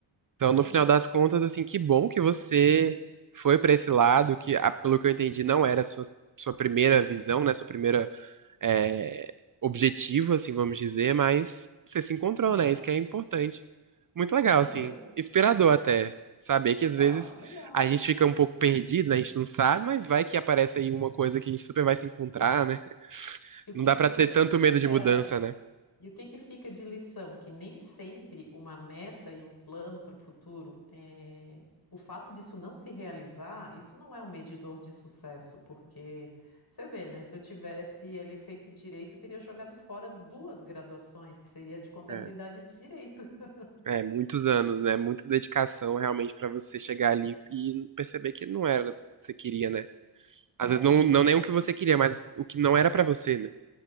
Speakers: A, on the right; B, on the left.
A: Então,
B: Aham.
A: no final das contas, assim, que bom que você foi pra esse lado, que, ah, pelo que eu entendi, não era a sua, sua primeira visão, né? Sua primeira é, objetivo, assim, vamos dizer, mas você se encontrou,
B: Não.
A: né? Isso que é importante. Muito legal,
B: Aham.
A: assim, inspirador até. Saber que às
B: Tá,
A: vezes
B: legal.
A: a gente fica um pouco perdido, né? A gente não sabe, mas vai que aparece aí uma coisa que a gente super vai se encontrar, né?
B: E o
A: Não
B: que
A: dá
B: que-
A: pra
B: e
A: ter
B: o que
A: tanto
B: que fica
A: medo de mudança, né?
B: E o que que fica de lição? Que nem sempre uma meta e um plano para o futuro, eh, o fato disso não se realizar, isso não é um medidor de sucesso, porque você vê, né? Se eu tivesse ali feito direito, eu teria jogado fora duas graduações, que seria de contabilidade
A: É,
B: e de direito. <laughs>
A: é, muitos anos, né? Muita dedicação realmente pra você chegar ali e perceber que não era o que você queria, né? Às
B: É,
A: vezes não,
B: então,
A: não nem o que você queria, mas o que não era pra você, né?